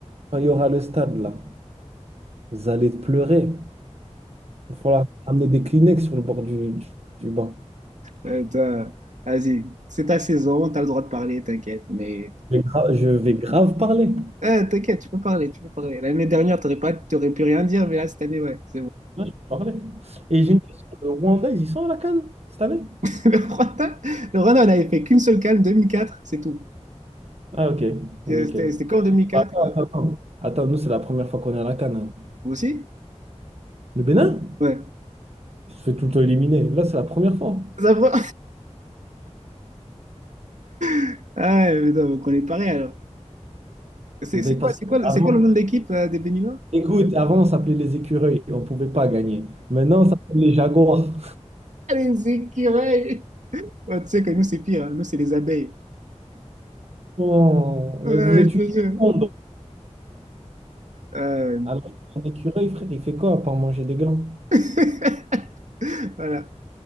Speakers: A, on the right (about 60°); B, on the right (about 80°).
A: Quand il y aura le stade, là, vous allez pleurer. Il va falloir amener des Kleenex sur le bord du, du, du banc.
B: ouais, toi, vas-y. C'est ta saison, t'as le droit de parler, t'inquiète. Mais
A: Je vais, gra- je vais grave parler.
B: Ah, t'inquiète, tu peux parler, tu peux parler. L'année dernière, t'aurais pas, t'aurais pu rien dire, mais là, cette année, ouais, c'est bon.
A: Là, je vais parler. Et j'ai une question. Le Rwanda, ils y sont à la CAN cette année?
B: <laughs> Le Rwanda, le Rwanda, on avait fait qu'une seule CAN, 2004, c'est tout.
A: Ah, ok. Nickel.
B: Euh, C'était c'était qu'en 2004.
A: Bah, Attends,
B: euh,
A: attends. Attends, nous, c'est la première fois qu'on est à la CAN. hein.
B: Vous aussi?
A: Le Bénin?
B: Ouais.
A: On se fait tout le temps éliminer. Là, c'est la première fois.
B: Ça, va <laughs> Ah, ouais, mais non, donc on est pareil, alors. C'est
A: Mais
B: c'est quoi,
A: parce que
B: c'est quoi,
A: avant,
B: c'est quoi le nom de l'équipe euh, des Béninois?
A: écoute, avant, on s'appelait les écureuils. On ne pouvait pas gagner. Maintenant, on s'appelle les jaguars.
B: Ah, Les écureuils. Ouais, tu sais que nous, c'est pire, hein. Nous, c'est les abeilles.
A: Oh,
B: Ouais,
A: mais vous êtes
B: je te
A: une
B: jure.
A: honte.
B: Euh,
A: Alors, un écureuil, frère, il fait quoi à part manger des glands?
B: <laughs> voilà.